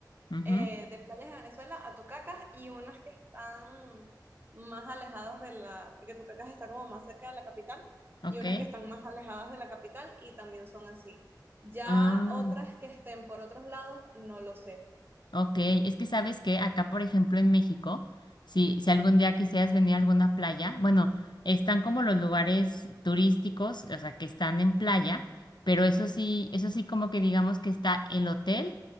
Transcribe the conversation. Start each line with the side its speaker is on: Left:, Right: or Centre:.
Left: mhm,
Right: eh, de playas de Venezuela, a Tucacas y unas que están más alejadas de la, porque Tucacas está como más cerca de la capital,
Left: ok,
Right: y unas que están más alejadas de la capital y también son así. Ya
Left: ah,
Right: otras que estén por otros lados, no lo sé.
Left: Ok, es que sabes que acá, por ejemplo, en México, si, si algún día quisieras venir a alguna playa, bueno, están como los lugares turísticos, o sea, que están en playa, pero eso sí, eso sí como que digamos que está el hotel